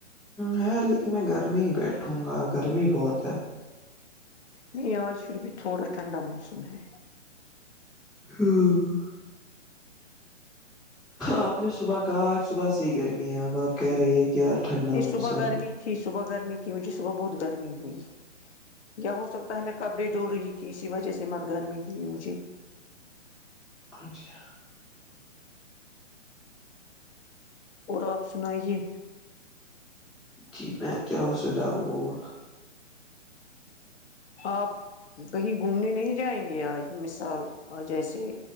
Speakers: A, in the centre; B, on the left.
A: ہے لیکن میں گھر میں ہی بیٹھوں گا گرمی بہت ہے
B: نہیں آج پھر بھی تھوڑا ٹھنڈا موسم ہے
A: ہوں آپ نے صبح کہا آج صبح سےحی گرمی ہے اب آپ کہہ رہی ہیں کیا ٹھنڈا
B: نہیں
A: موسم
B: صبح گرمی
A: ہے
B: تھی صبح گرمی تھی مجھے صبح بہت گرمی ہوئی یا ہو سکتا ہے میں کپڑے دھ رہی تھی اسی وجہ سے مت گرمی ہوئی مجھے
A: اچھا
B: اور آپ سنائیے
A: جی میں کیا ہو س داؤ اور
B: آپ کہیں گھومنے نہیں جائیں گے آج مثال جیسے